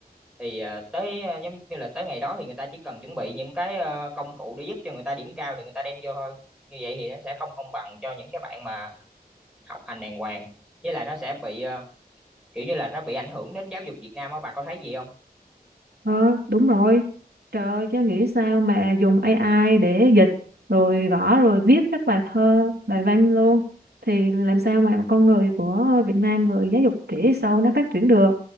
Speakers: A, in the centre; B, on the right.
A: thì à, tới à, giống như là tới ngày đó thì người ta chỉ cần chuẩn bị những cái ờ, công cụ để giúp cho người ta điểm cao thì người ta đem vô thôi như vậy thì nó sẽ không công bằng cho những cái bạn mà học hành đàng hoàng với lại nó sẽ bị ờ, kiểu như là nó bị ảnh hưởng đến giáo dục Việt Nam á bà có thấy gì không
B: Ờ, đúng rồi. Trời ơi, chứ nghĩ sao mà dùng AI để dịch rồi gõ rồi viết các bài thơ, bài văn luôn. Thì làm sao mà con người của Việt Nam rồi giáo dục trẻ sau nó phát triển được.